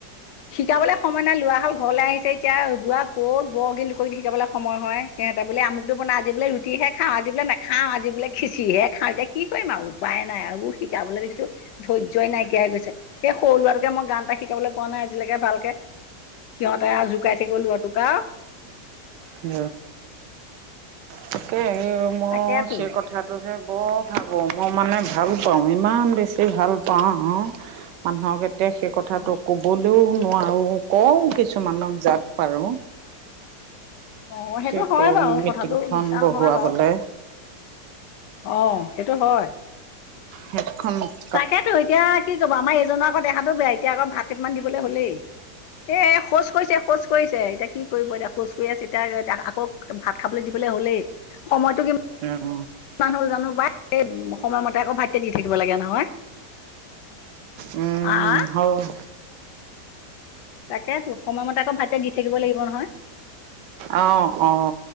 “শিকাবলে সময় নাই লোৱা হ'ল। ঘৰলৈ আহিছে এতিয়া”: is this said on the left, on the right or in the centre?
Left